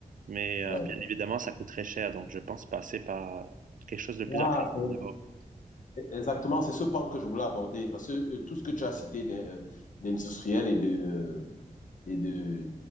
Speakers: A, on the right; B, on the left.
A: Mais
B: Oui.
A: euh, bien évidemment, ça coûte très cher. Donc, je pense passer par quelque chose de plus
B: Ah,
A: accessible
B: c'est
A: d'abord.
B: Exactement, c'est ce pan que je voulais aborder parce que euh, tout ce que tu as cité d'in- euh, d'industriel et de, euh, et de,